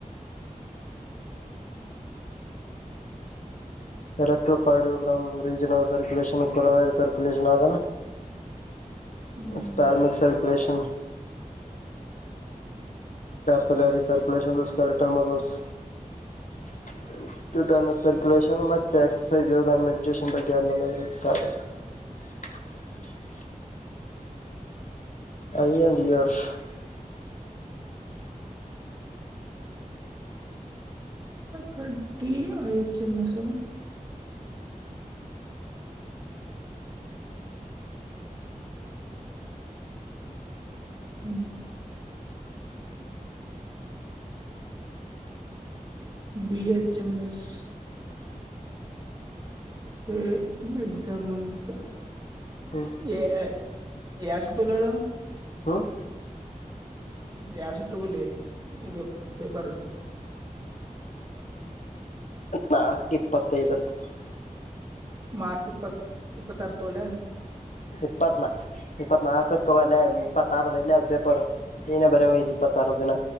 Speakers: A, on the left; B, on the right.
A: electrocardiogram regional circulation coronary circulation ಆದದ <unintelligible>
B: ಹ್ಮ್
A: ಎಪೇರ್ಮಕ್ ಸರ್ಕುಲೇಷನ್ ಚಲೆರಿ ಸರ್ಕುಲೆಷನ್ ರಸ್ಕಲೆಟರ್ ಮಸ್ <unintelligible> ಟಟ ಸರ್ಕ್ಯುಲೇಷನ್ ಮತ್ತೆ ಎಕ್ಸಸೈಸ್ ಯ ಮೆಡಿಟೇಷನ್ ಬಗ್ಗೆ ನೋಡ ಸ್ಟ <unintelligible> ಬ <unintelligible> ಐ ಎನ್ಂಡ ಇಯರ್ಫ <unintelligible>
B: ಕಟ್ಟಿ ಯಚ್ ಎಮ್ಮಸರ್ <inaudible> ಹ್ಮ್ ಬಿ ಹೆಚ್ ಎಮ ಎಸ್ ಎ ಎಕ್ಜಾಮಂತ
A: ಹ್ಮ್
B: ಎ ಆಯ ಯಷ್ಟ ತುಳ್ಳಳ <unintelligible>
A: ಹ್ಮ್
B: ಯಸ ತಗಲಿ ಇದು ಪೇಪರ್
A: ನಾಕು ಇಪ್ಪತ್ತೈದುರ್ತ <inaudible>
B: ಮಾರ್ಚ್ ಇಪ್ಪತ್ ಇಪ್ಪತ್ತರ ತೊಲ
A: ಇಪ್ಪತ್ನಾ ಇಪ್ಪತ್ನಾಾಲ್ಕ ತಗಲ್ಲ ಇಪ್ಪತ್ತಾರದ ಎಲ್ಲಿ ಅದು ಪೇಪರ್ <unintelligible> <inaudible> ನೀನೇ ಬರ ಎಪ್ಪತ್ತುರು ದಿನ